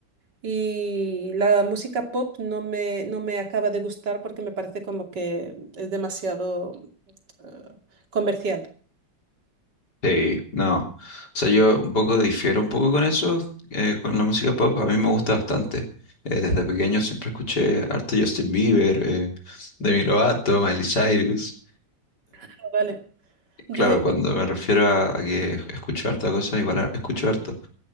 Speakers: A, on the right; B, on the left.
A: Y la música pop no me, no me acaba de gustar porque me parece como que es demasiado eh, comercial.
B: Sí, no, o sea, yo un poco difiero un poco con eso, eh, con la música pop, a mí me gusta bastante. Eh, desde
A: Ajá,
B: pequeño siempre escuché harto Justin Bieber, eh, Demi Lovato, Miley Cyrus.
A: Ah, vale. Yo,
B: Claro, cuando me refiero a, a que escucho harta cosa, igual a- escucho harto.